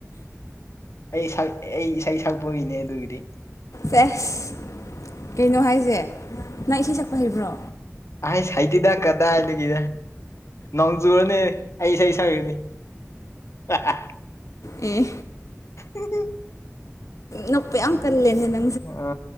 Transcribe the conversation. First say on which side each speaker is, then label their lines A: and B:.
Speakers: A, on the left; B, on the left.
A: ꯑꯩ ꯁꯛ ꯑꯩ ꯏꯁꯩ ꯁꯛꯄꯒꯤꯅꯦ ꯑꯗꯨꯒꯤꯗꯤ
B: ꯑꯦꯁ ꯀꯩꯅꯣ ꯍꯥꯏꯁꯦ ꯅꯪ ꯏꯁꯩ ꯁꯛꯄ ꯍꯩꯕ꯭ꯔꯣ
A: ꯑꯩꯍ ꯁꯩꯇꯤꯗꯥꯛ ꯀꯗꯥꯏꯗꯒꯤ ꯅꯣꯡꯖꯨꯔꯅꯦ ꯑꯩ ꯏꯁꯩ ꯁꯛꯅꯤ ꯑ
B: ꯑꯦ
A: ꯎꯝ ꯎ
B: ꯅ ꯄꯦ ꯑꯪꯀ ꯂ ꯂꯩꯅꯦꯅ
A: ꯑ